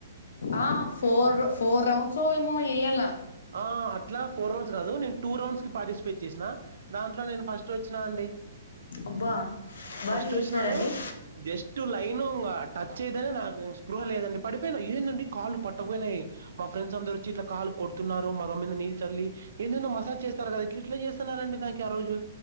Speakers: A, on the left; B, on the right.
A: ఆ ఫోర్ ఫోర్ రౌండ్స్ ఏమో వెయ్యాల
B: అ అట్లా ఫోర్ రౌండ్స్ కాదు నేను టూ రౌండ్స్ కి పార్టిసిపేట్ చేసినా దాంట్లో నేను ఫస్ట్ వచ్చినా అండి
A: అబ్బా బానే
B: ఫస్ట్
A: చేసినారండి
B: వచ్చినాను జస్ట్ లైన్ టచ్ అయిదనే నాకు స్పృహ లేదండి పడిపోయినా ఏంటండి కాళ్ పట్టకపోయినాయి మా ఫ్రెండ్స్ అందరు వచ్చి ఇట్లా కాలు కొడుతున్నారు మగం మీద నీళ్ళు చల్లి ఎందెందో మసాజ్ చేస్తారు కదా ఇట్ ఇట్లా చేస్తున్నారండి నాకి ఆ రోజు